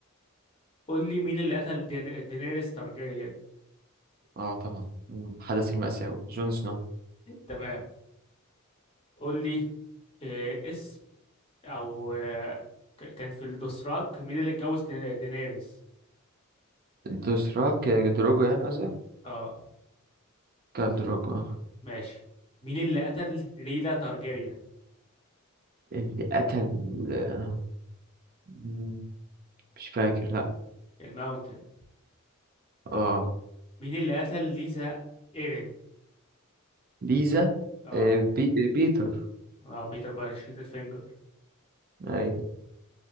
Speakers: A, on the left (about 25°); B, on the right (about 45°).
A: قول لي مين اللي قتل دين... دينيريس تارجيريان
B: اه طبعا مم، حدث المأساوي جون سنو
A: تمام قول لي إيه اسم او آه، ك- كان في الدوسراك مين اللي اتجوز دين- دينيريس
B: دوسراك آه، دروجو يعني قصدك
A: اه
B: كال دروجو آه.
A: ماشي مين اللي قتل ريلا تارجيريان
B: اللي قتل آه، مم، مش فاكر لا
A: الماونتن
B: اه
A: مين اللي قتل ليزا ايرين
B: ليزا
A: اه
B: آه، بي... آه، بيتر
A: اه بيتر بايرش ليتل فينجر
B: اي